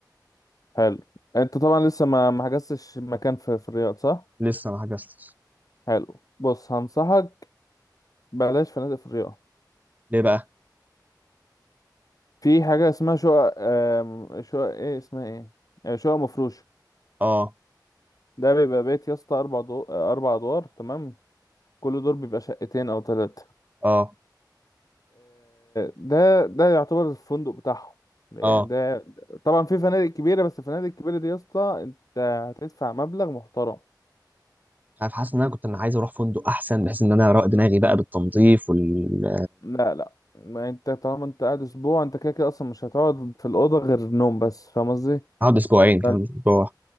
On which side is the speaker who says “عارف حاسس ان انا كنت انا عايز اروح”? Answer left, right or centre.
Right